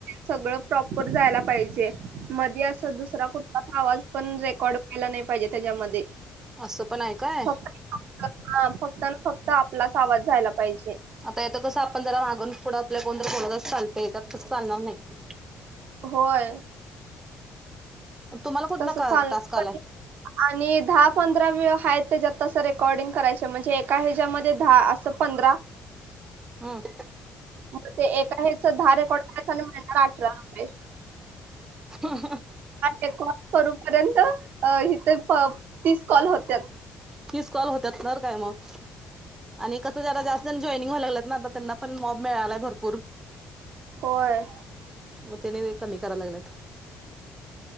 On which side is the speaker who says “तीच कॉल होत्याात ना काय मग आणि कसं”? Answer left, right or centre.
Right